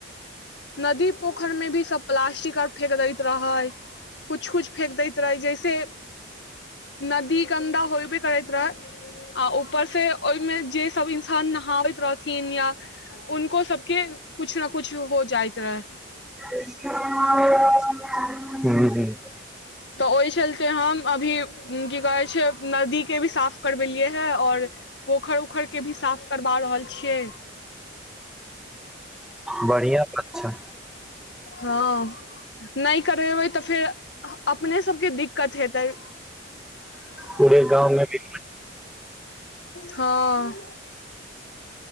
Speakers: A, on the left (about 60°); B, in the centre.
A: नदी पोखरि मे भी सब प्लास्टिक आर फेेक दैत रहै कुछ कुछ फेेक दैत रहै जैसे नदी गन्दा होयबे करैत रहै आ ऊपर से ओहि मे जे सब इन्सान नहाबैत रहथिन या उनको सबके कुछ ने कुछ हो जाइत रहै
B: हूं <unintelligible>
A: तऽ ओहि चलते हम अभी की कहै छै नदी के भी साफ करबेलियै हे आओर पोखरि उखरि के भी साफ करबा रहल छियै
B: बढ़िआ बात छै
A: हँ नहि करेबै तऽ फेर अपने सबके दिक्कत हेतै <unintelligible>
B: पूरे गाँव मे भी
A: हँ